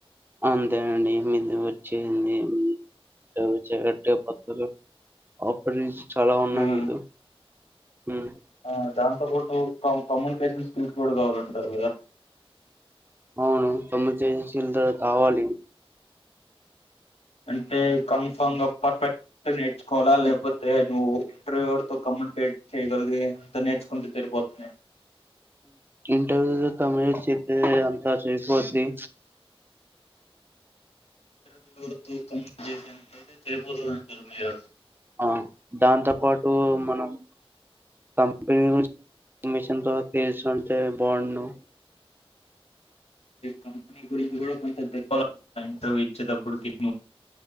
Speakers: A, on the right; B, on the left.
A: అంతేనండిది. మీది వర్క్ చేయండి. <unintelligible> ఆపరేషన్ చాలా ఉన్నాయి
B: ఉమ్.
A: మీరు హ్
B: ఆ దాంతో పాటు క కమ్యూనికేషన్ స్కిల్స్ కూడా కావాలంటున్నరు గాదా
A: అవును <unintelligible> కావాలి
B: అంటే కన్ఫామ్ గా పర్ఫెక్ట్ నేర్చుకోవాలా లేకపోతే నువ్వు ఇంటర్వ్యూతో కమ్యూనికేట్ చేయగలిగే అంత నేర్చుకుంటే తరిపోతుంద
A: ఇంటర్వ్యూలో కమ్యూనికేట్ చెత్తే అంతా సరిపోద్ది.
B: ఇంటర్వ్యూతో కమ్యూనికేట్ చెత్తే సరిపోతది. అంటున్నారు మీరు
A: ఆ దాంతో పాటు మనం కంపెనీ ఇన్ఫ ర్మేషన్ తెలిసుంటే బాగుండును.
B: కంపేనీ గురించి కూడా కొంచెం తెల్వల ఇంటర్వ్యూ ఇచ్చేటప్పుడుకి